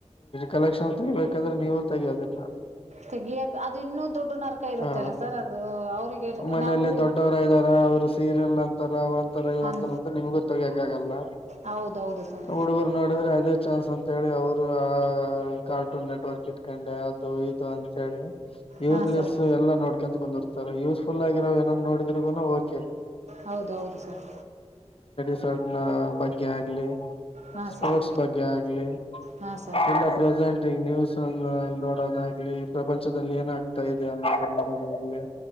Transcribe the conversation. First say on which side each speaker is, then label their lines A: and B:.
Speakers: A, on the left (about 50°); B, on the right (about 75°).
A: ಕಲೆಕ್ಷನ್ ತಬೇಕಂದ್ರೆ ನೀವು ತೆಗಯೋದಿಲ್ಲ
B: ತೆಗಿಯಾಕ್ ಅದು ಇನ್ನೂ ದೊಡ್ಡು ನರಕ ಇರುತ್ತೆಲ್ಲ
A: ಆ
B: ಸರ್ ಅದು ಅವ್ರಿಗೆ
A: ಮನೆಯಲ್ಲಿ
B: ನಾವು
A: ದೊಡ್ಡವರ ಇದ್ದಾರ ಅವ್ರು ಸೀರಿಯಲ್ ಅಂತಾರ ಒಂ ತ್ರ
B: ಹಾಂ
A: ಅಂತರ ನಿಮ್ಗೂ ಬೇಕಾಗಲ್ಲ
B: ಹೌದು ಹೌದು ಸರ್
A: ಹುಡುಗರು ನೋಡಿದ್ರೆ ಅದೇ ಚಾನ್ಸ್ ಅಂತ್ ಅಂತೇಳಿ ಅವರು ಆ ಕಾರ್ಟೂನ್ ನೆಟ್ವರ್ಕ್ ಇಟ್ಕೊಂಡೆ ಅದು ಇದು ಅಂತೇಳಿ ಯೂಸ್ಲೆಸ್
B: ಹಾಂ ಸರ್
A: ಎಲ್ಲಾ ನೋಡ್ಕ್ಯಂತ ಕುಂದರ ತರ ಯೂಸ್ಫುಲ್ ಆಗಿರೋ ಏನನ್ನೋಡಿದ್ರು ಓಕೆ
B: ಹೌದು ಹೌದು ಸರ್
A: ಸಣ್ಣ ಬಗ್ಗೆ ಆಗ್ಲಿ
B: ಹಾಂ
A: ಸ್ಪೋರ್ಟ್ಸ್
B: ಸರ್
A: ಬಗ್ಗೆ ಆಗ್ಲಿ
B: ಹಾಂ ಸರ್
A: ಇಲ್ಲ ಪ್ರೆಸೆಂಟ್ ಈಗ ನ್ಯೂಸ್ ನೋಡೋದಾಗ್ಲಿ ಪ್ರಪಂಚದಲ್ಲಿ ಏನಾಗ್ತಾ ಇದೆ ಅನ್ನೋದು ನೋಡೋದಾಗ್ಲಿ